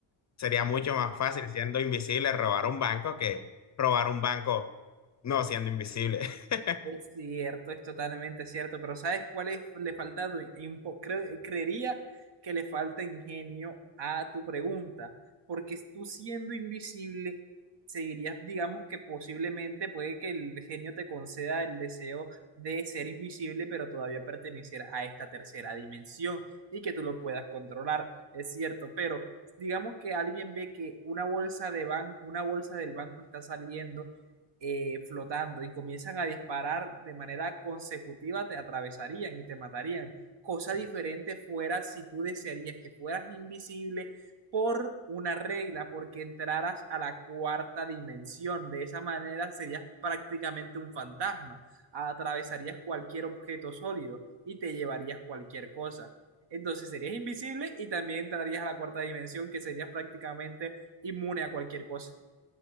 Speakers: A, on the left; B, on the right.
A: Sería mucho más fácil siendo invisible robar un banco que robar un banco no siendo invisible. <laughs>
B: Es cierto, es totalmente cierto, pero ¿sabes cuál es? Le falta, du- un po- cre- creería que le falta ingenio a tu pregunta, porque tú siendo invisible, seguirías, digamos que posiblemente puede que el genio te conceda el deseo de ser invisible, pero todavía pertenecer a esta tercera dimensión y que tú lo puedas controlar, es cierto, pero digamos que alguien ve que una bolsa de ban- una bolsa del banco está saliendo eh, flotando y comienzan a disparar de manera consecutiva, te atravesarían y te matarían. Cosa diferente fuera si tú desearías que fueras invisible por una regla, porque entraras a la cuarta dimensión. De esa manera serías prácticamente un fantasma. Atravesarías cualquier objeto sólido y te llevarías cualquier cosa. Entonces serías invisible y también entrarías a la cuarta dimensión, que serías prácticamente inmune a cualquier cosa.